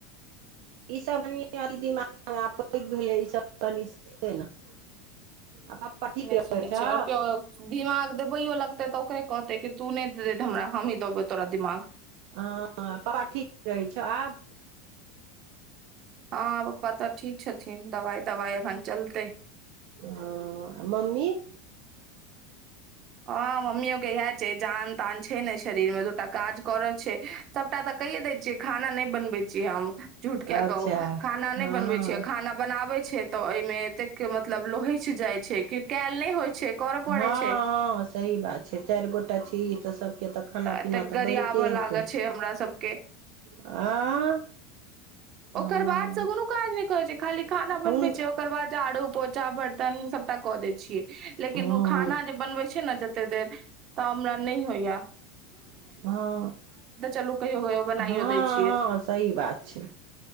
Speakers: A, on the right; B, on the right.
A: ई सब कनि <unintelligible> दिमाग मे आब पैग भेलै ई सब कनी सिखतै ना। आ पप्पा ठीक
B: नहि
A: रहै
B: सुनै
A: छौ।
B: छै आओर केओ दिमाग देबैयो लगतै तऽ ओकरे कहतै कि तू नै देली ते हमरा हमही देबौ तोरा दिमाग।
A: हँ बाबा ठीक रहै छौ आब?
B: हां पप्पा तऽ ठीक छथिन दवाई-तवाई एखन चलतै।
A: हां आ मम्मी।
B: हां मम्मियों के इहाए छै जान-तान छै ने शरीर मे ते तऽ काज करऽ छैय सबटा तऽ कैये दय छियै खाना नैय बनबै छी हम झूठ किया
A: अच्छा
B: कहु खाना
A: हँ
B: नै बनबै छीयै,
A: हँ
B: खाना बनाबै छिये तऽ ए मे एतेक के मतलब लोहेछ जाय छै कि काएल नै होय छै, करऽ पड़ै
A: हँ
B: छै।
A: सही बात छै, चार गोटा छीही तऽ सब के तऽ खाना पीना
B: एतेक
A: तऽ
B: गरियाबऽ
A: बैनते हेतै
B: लागऽ छै हमरा सबके
A: आँ।
B: ओकर
A: हँ
B: बाद से कुनू काज नै करै छै, खाली खाना बनबै
A: हुन
B: छै ओकर बाद झाड़ू पोछा बर्तन सबटा कऽ दै छियै। लेकिन
A: हँ
B: उ खाना जे बनबै छै ने जते देर तऽ हमरा नै होयया।
A: हँ
B: चलू कहियो कहियो बनाइयो
A: हँ
B: दै छियै
A: हँ सही बात छैय।